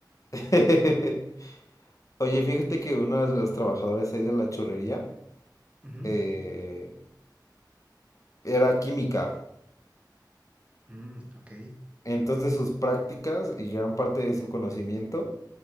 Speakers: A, on the left; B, on the right.
A: <laughs> Oye, fíjate que uno de los trabajadores ahí de la churrería
B: Ujú.
A: eh, era química.
B: Mm, ok.
A: Entonces sus prácticas y gran parte de su conocimiento